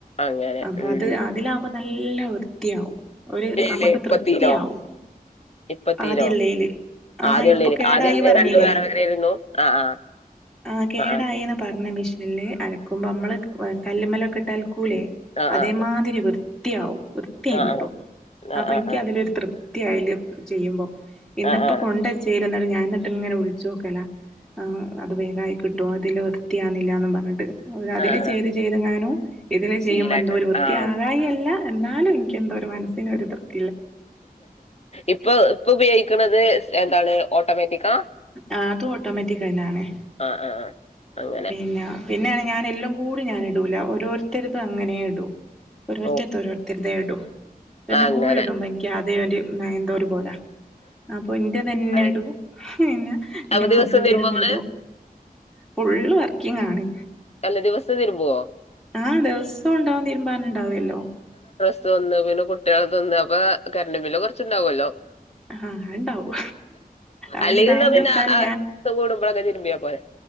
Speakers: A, on the left; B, in the centre.
A: അങ്ങനെ
B: അപ്പൊയത്
A: ഉം ഉം
B: അതിലാകുമ്പോ നല്ല വൃത്തിയാവും ഒരു,
A: ഏയില്
B: നമുക്കുതൃപ്തിയാവും.
A: ഇപ്പത്തീലോ ഇപ്പത്തീലോ
B: ആദ്യഉള്ളേല് ആ
A: ആദ്യള്ളേല്
B: ഇപ്പൊ കേടായിപറഞ്ഞില്ലേ,
A: ആദ്യള്ളേ രണ്ടും വേറെ വേറെയിരുന്നു ആഹ്
B: ആ.. കേടായീന്ന്
A: ആഹ് ആഹ്
B: പറഞ്ഞ മെഷീന അലക്കുമ്പോ നമ്മളുകല്ലുമേലെയൊക്കെയിട്ടലക്കൂലേ,
A: ആഹ്
B: അതേമാതിരി
A: ആഹ് ആഹ്
B: വൃ.. വൃത്തിയാവും, വൃത്തിയായി
A: ആഹ്
B: കിട്ടും.
A: ആഹ് ആഹ്
B: അപ്പമെനിക്കതിലൊരു
A: ആഹ്
B: തൃപ് വൃത്തിയായില്ലെ ചെയ്യുമ്പോ, ഇന്നിപ്പോ
A: ആഹ് ആഹ്
B: കൊണ്ടെച്ചേരുന്നെ എന്നിട്ടിങ്ങനെ വിളിച്ചു നോക്കല്ല, അതു വേഗമായികിട്ടുവോ അതിലുവൃത്തിയാ കില്ലെന്നും പറഞ്ഞിട്ട് അതിലുചെയ്തു
A: ആഹ് ആഹ്
B: ചെയ്തെങ്ങാനംഇതിലു ചെയ്യുമ്പോളെന്തോരു
A: ശീലായിട്ട്
B: വൃത്തിയാകായികയല്ല
A: ആഹ്
B: എന്നാലുംമെനിക്കെന്തോരു മനസ്സിനൊരു തൃപ്ത
A: ഇപ്പൊ, ഇപ്പൊ ഉപയോഗിക്കണതെ ന്താണ് ഓട്ടോമാറ്റിക്കാ..
B: ആ, അതുഓട്ടോമാറ്റിക ന്നെണ്
A: ആഹ് ആഹ് ആഹ് അങ്ങനെ
B: പിന്ന, പിന്നെയാണ് ഞാനെല്ലാം കൂടി ഞാൻ ഇടൂല. ഓരോരുത്തർക്കു അങ്ങനെ ഇടൂ. ഒരോരുത്തരുടെയോരോരുത്തരുടെയിടും.
A: ഓ
B: എല്ലാം
A: ആ അങ്ങനെ
B: കൂടിഇടുമ്പനി ക്കാധി അതേടി എന്തോയൊരു പോലാ അപ്പൊഎന്റെ തന്നെയിടും.
A: അതെ.
B: പിന്നെ എന്റെ
A: അപ്പൊ
B: മാപ്പിളേടെ
A: ദിവസം തിരുമ്പോ
B: തന്നെയടും.
A: ഇങ്ങള്
B: ഫുള്ളുവർക്കിങ്ങാണ്
A: അല്ല, ദിവസവുംതിരുമ്പു വോ
B: ആ.. ദിവസവുമുണ്ടാവും. തീരുമ്പാനുണ്ടാവല്ലോ
A: അതൊന്ന്, പിന്നെ കുട്ടികൾക്കൊന്ന് അപ്പൊ കറന്റുബില്ല്കുറച്ചുണ്ടാവുമല്ലോ
B: ആഹ് അത്ണ്ടാവും അത്ണ്ടാവുംന്ന്
A: അല്ലെങ്കിപിന്നെ
B: വെച്ചാല്
A: രണ്ടു ദിവസം കൂടുമ്പോളൊക്കെ തിരുമ്പിയാപോരെ